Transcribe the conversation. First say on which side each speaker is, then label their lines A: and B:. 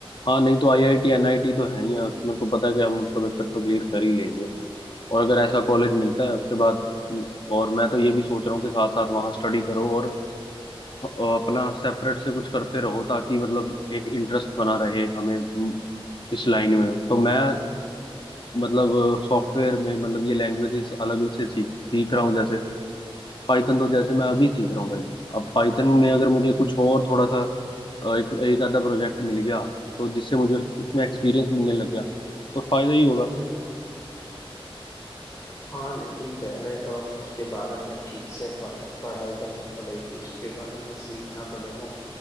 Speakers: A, on the left (about 55°); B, on the left (about 30°).
A: हाँ नहीं तो आईआईटी एनआईटी तो है ही है। मेरे को पता है कि हम उसका पेपर तो क्लियर कर ही लेंगे और अगर ऐसा कॉलेज मिलता है उसके बाद और मैं तो ये भी सोच रहा हूँ कि साथ साथ वहाँ स्टडी करो और अ, अपना सेपरेट से कुछ करते रहो ताकि मतलब एक इंटरेस्ट बना रहे हमें म, इस लाइन में तो मैं मतलब सॉफ्टवेयर में मतलब ये लैंग्वेजेस अलग अलग से सीख सीख रहा हूँ जैसे पाइथन तो जैसे मैं
B: अच्छा
A: अभी सीख रहा हूँ भाई अब पाइथन में अगर मुझे कुछ और थोड़ा सा अ, एक एक आधा प्रोजेक्ट मिल गया तो जिससे मुझे उस- उसमें एक्सपीरियंस मिलने लग गया तो फायदा ही होगा
B: हाँ लेकिन पहले तो हमें उसके बारे में ठीक से पढ़ पढ़ाई करनी पड़ेगी उसके बारे में सीखना पड़ेगा